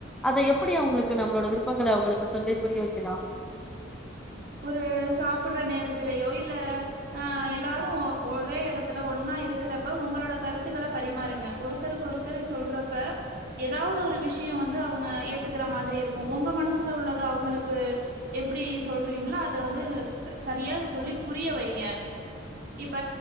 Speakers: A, in the centre; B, on the right (about 50°).
A: அத எப்படி அவுங்களுக்கு நம்மளோட விருப்பங்கள அவுங்களுக்கு சொல்லி புரிய வைக்கலா
B: ஒரு சாப்ட்ற நேரத்துலயோ இல்ல ஆஹ் எல்லாரு ஒரே எடத்துல ஒன்னா இருக்கிறப்ப ஒங்களோட கருத்துகள பரிமாறுங்க ஒருத்தருக்கு ஒருத்தர் சொல்றப்ப எதாவது ஒரு விஷயோ வந்து அவுங்க ஏத்துக்கற மாரி இருக்கு ஒங்க மனசுல உள்ளத அவுங்ளுக்கு எப்டி சொல் அத வந்து சரியா சொல்லி புரிய வைங்க இப்ப